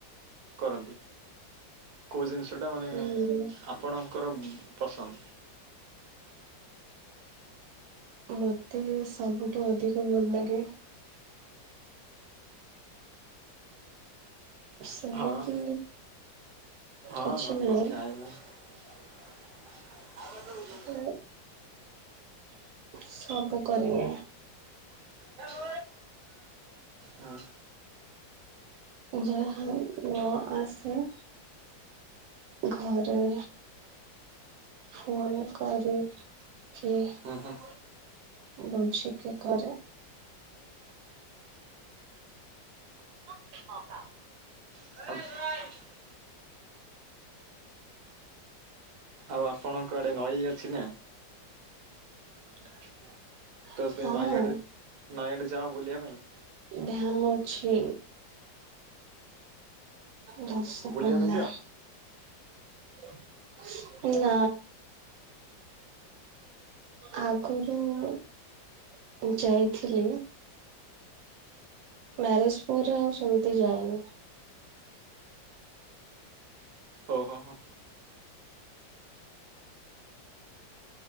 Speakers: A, on the right; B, on the right.
A: କରନ୍ତି। କେଉଁ ଜିନିଷଟା ମାନେ
B: ହୁଁ
A: ଆପଣଙ୍କର ପସନ୍ଦ।
B: ମୋତେ ସବୁଠୁ ଅଧିକ ଭଲ୍ଲାଗେ ସେମିତି
A: ହଁ ହଁ
B: କିଛି
A: ନନ୍
B: ନାହିଁ।
A: ଭେଜ ଖାଏ ନା <unintelligible>
B: ହୁଁ। ସବୁ କରିବେ।
A: <inaudible> ହଁ।
B: ଯାହା ହଉ ନ ଆସେ <unintelligible> ଘରେ ଫୋନ କରି କି।
A: ଓ ହୋ।
B: ବଞ୍ଚିକି କରେ <inaudible>
A: <inaudible> ଆଉ ଆପଣଙ୍କ ଆଡେ ନଈ ଅଛି ନା?
B: <inaudible>
A: ତ ସେ
B: ହଁ
A: ନାଈ ଆଡେ ନଈ ଆଡେ ଯାଅ ବୁଲିବା ପାଇଁ?
B: ଧ୍ୟାନ ଅଛି। ବାସ
A: ବୁଲିବା
B: ପିଲା
A: ପାଇଁ ଯାଅ
B: <inaudible> ଆଗକୁ ଯାଇଥିଲି ମ୍ୟାରେଜ ପରେ ଆଉ ସେମିତି ଯାଏନି।
A: ଓ ହୋ ହୋ।